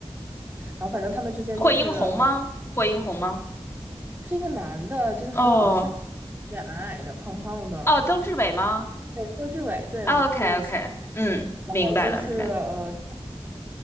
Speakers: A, on the right; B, on the left.
A: 然后反正他们之间就是呃。
B: 惠英红吗？惠英红吗？
A: 是一个男的，就是很搞笑，
B: 哦
A: 有点矮矮的、胖胖的，
B: 哦，曾志伟吗
A: 对，曾志伟，对，
B: ？OK
A: 你说的没错。
B: OK，嗯，
A: 然后就是呃，
B: 明白了明白了，
A: 他